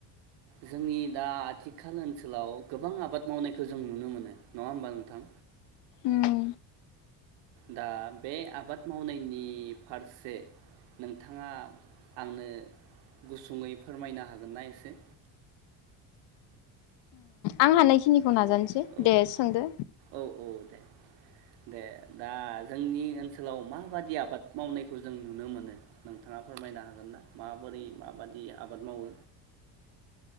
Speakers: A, on the right; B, on the left.
A: जोंनि दा आथिखाल ओनसोलाव गोबां आबाद मावनायखौ जों नुनो मोनो नङा होमबा नोंथां।
B: ओम।
A: दा बे आबाद मावनायनि फारसे नोंथाङा आंनो गुसुङै फोरमायनो हागोनना एसे?
B: आं हानायखि निखौ
A: हेलौ
B: नाजानोसै
A: औ
B: दे सोंदो।
A: औ औ दे दे दा जोंनि ओनसोलाव माबादि आबाद मावनायखौ जों नुनो मोनो नोंथाङा फोरमायनो हागोन ना माबोरै माबादि आबाद मावो?